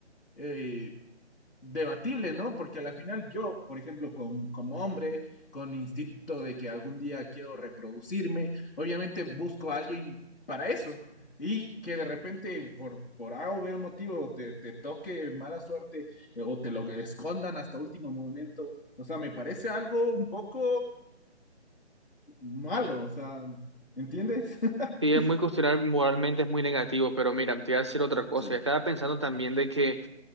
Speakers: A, on the left (about 55°); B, on the right (about 25°).
A: eh, debatible, ¿no? Porque a la final yo, por ejemplo, con- como hombre, con instinto de que algún día quiero reproducirme, obviamente busco a alguien para eso. Y que de repente por, por A o B motivo te, te toque mala suerte eh, o te lo escondan hasta último momento. O sea, me parece algo un poco malo, o sea, ¿entiendes? <laughs>
B: Sí, es muy cuestionable, moralmente es muy negativo, pero mira, te iba a decir otra cosa.
A: Sí,
B: Estaba pensando también de que